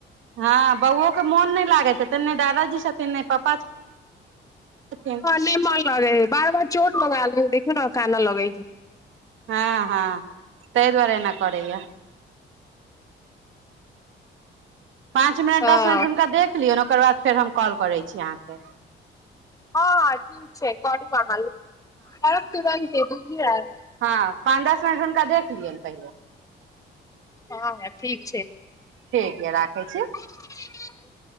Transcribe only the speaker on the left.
नै मन लागै हय, बार-बार चोट लगा लै हय देखियौ नै कानय लगै हय।
हँ
हां-हां ठीक छै करू अहाँ <unintelligible> तुरंते बुझलियै
हां ठीक छै।
<unintelligible>